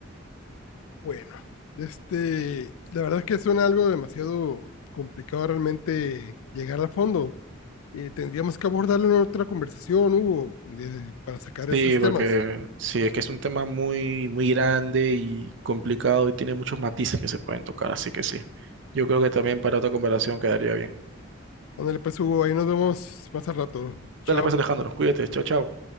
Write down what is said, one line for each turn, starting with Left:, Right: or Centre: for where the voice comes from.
Left: Bueno, este, la verdad es que suena algo demasiado complicado realmente llegar a fondo. Eh, tendríamos que abordarlo en otra conversación, Hugo, de- para sacar
Right: Sí,
Left: esos temas.
Right: porque sí, es que es un tema muy, muy grande y complicado y tiene muchos matices que se pueden tocar, así que sí. Yo creo que también para otra conversación quedaría bien.
Left: Ándale, pues Hugo, ahí nos vemos más al rato. Chao.
Right: Dale pues, Alejandro, cuídate, chao, chao.